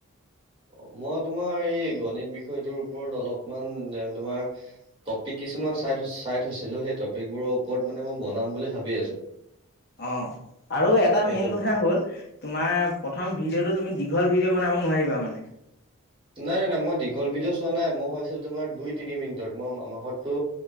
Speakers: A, on the right; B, on the left.
A: অ' মই তোমাৰ এই গণিত বিষয়টোৰ ওপৰত অলপমান ডেন তোমাৰ টপিক কিছুমান চাই চাই থৈছিলো, সেই টপিকবোৰৰ ওপৰত মানে মই বনাম বুলি ভাবি আছো
B: অ' আৰু এটা
A: সেই
B: মেইন
A: টপ
B: কথা হ'ল তোমাৰ প্ৰথম ভিডঅ'টো তুমি দীঘল ভিডিঅ' বনাব নোৱাৰিবা মানে
A: নাই নাই নাই মই দীঘল ভিডিঅ' চোৱা নাই মই ভাবিছিলো তোমাৰ দুই তিনি মিনিটত মই আমাঘৰতটো